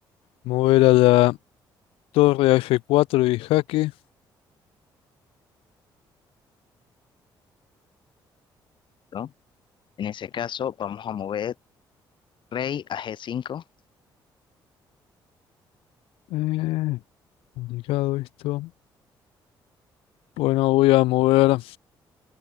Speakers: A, on the left; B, on the left.
A: mover a la torre a F4 y jaque.
B: ¿no? En ese caso, vamos a mover rey a g cinco
A: Eh, complicado esto. Bueno, voy a mover